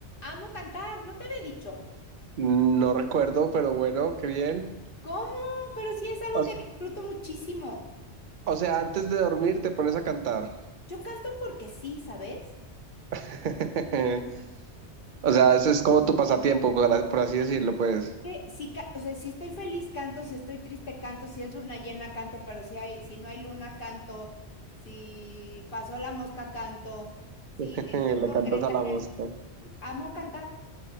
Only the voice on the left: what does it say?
Amo cantar, no te había dicho.
¿Cómo? Pero sí es algo
que disfruto muchísimo.
Yo canto porque sí, ¿sabes?
Que sí, ca- o sea, si estoy feliz canto, si estoy triste canto, si es luna llena canto, pero si hay, si no hay luna canto, si pasó la mosca canto, si
estoy
con
Greta,
que
amo cantar.